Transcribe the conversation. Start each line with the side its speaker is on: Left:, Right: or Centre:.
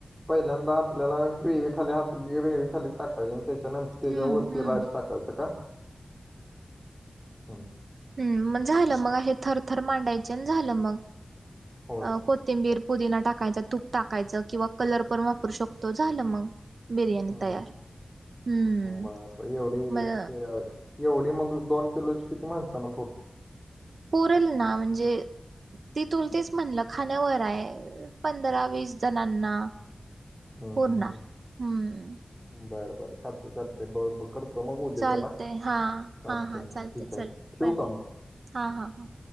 Centre: पहिल्यांदा आपल्याला ग्रेव खाली ग्रेव खाली टाकायचे आणि त्याच्यानंतर त्याच्यावरती
Right: हम्म हम्म.
Centre: राईस टाकायचं का ह.
Right: ह् मग झालं मग असे थरथर मांडायचे झालं मगअ
Centre: होय
Right: को तेबीर पोदीना टाकायचं तूप टाकायचं किंवा कलर पण वापरू शकतो झालं मग. बिर्याणी
Centre: हम
Right: तयार हम्म
Centre: बापरे एवढ ते
Right: मग
Centre: एवढी मग दोन किलोची किती माणस ना पुरत.
Right: पुरल ना म्हणजे, ती तुल तेच म्हणलं खाण्यावर आहे पंधरा वीस जणांना.
Centre: हम्
Right: पुरणार.
Centre: हम् हम्
Right: हम्म
Centre: बर बर चालते चालते बरो बर करत. त मग उद्या
Right: चालतय
Centre: चला चालत
Right: हा हा हा
Centre: आहे मग
Right: चालते
Centre: ठीक
Right: चल
Centre: आहे ठेव
Right: बाय
Centre: का
Right: बाय
Centre: मग.
Right: हा हा हा.